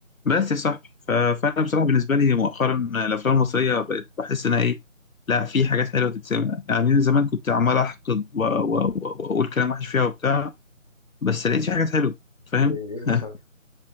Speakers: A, on the left; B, on the left.
A: بس يا صاحبي ف- فانا بصراحه بالنسبه لي مؤخرا الافلام المصريه بقت بحس انها ايه لا في حاجات حلوه تتسمع يعني من زمان كنت عمال احقد و- و- و- واقول كلام وحش فيها وبتاع بس لقيت في حاجات حلوه فاهم
B: زي
A: <laughs>
B: ايه مثلا